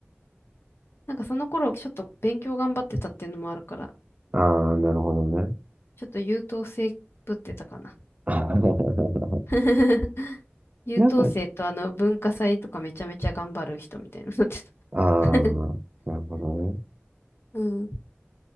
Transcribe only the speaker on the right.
ああ、なるほどね。
<laughs>
なんか、ああ、
なるほどね。